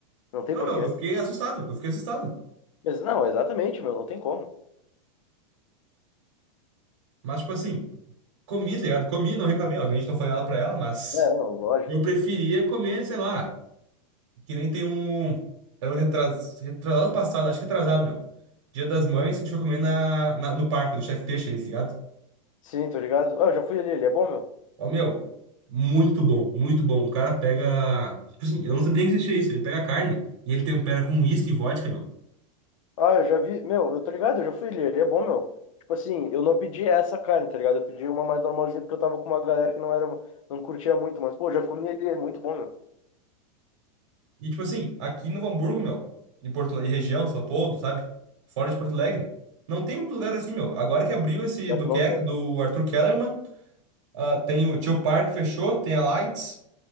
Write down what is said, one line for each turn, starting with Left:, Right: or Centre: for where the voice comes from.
Left: Não tem
Right: Não,
Left: porquê.
Right: meu, eu fiquei assustado, eu fiquei assustado.
Left: Mas não, exatamente, meu, não tem como.
Right: Mas, tipo assim, comi, tá ligado? Comi, não reclamei, obviamente não foi nada pra ela, mas
Left: É, não, lógico.
Right: eu preferia comer, sei lá, que nem tem um. Era um retras... retrasado passado, acho que retrasado, meu. Dia das Mães, a gente foi comer na... na- no parque do Chef Teixeira, ali, tá ligado?
Left: Sim, tô ligado. Ah, eu já fui ali, ele é bom, meu.
Right: Ó, meu, muito bom, muito bom. O cara pega. Tipo assim, eu não sabia nem que existia isso. Ele pega a carne e ele tempera com uísque e vodka, meu.
Left: Ah, eu já vi, meu, eu tô ligado, eu já fui ali, ele é bom, meu. Tipo assim, eu não pedi essa carne, tá ligado? Eu pedi uma mais normalzinha porque eu tava com uma galera que não era, não curtia muito, mas pô, já comi ele, é muito bom, meu.
Right: E, tipo assim, aqui no Hamburgo, meu, e Porto, e região, São Leopoldo, sabe? Fora de Porto Alegre, não tem muito lugar assim, meu. Agora que abriu esse
Left: Pior
Right: do,
Left: que
Right: Ke-
Left: não tem.
Right: do Arthur Kellerman, ah, tem o Tio Park fechou, tem a Lights,